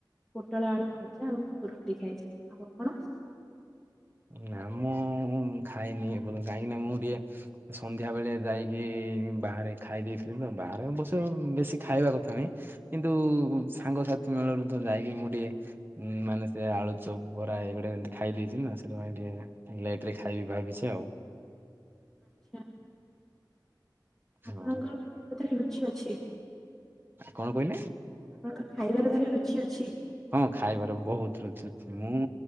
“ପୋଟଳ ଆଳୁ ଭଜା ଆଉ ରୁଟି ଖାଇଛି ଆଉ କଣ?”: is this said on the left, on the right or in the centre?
Centre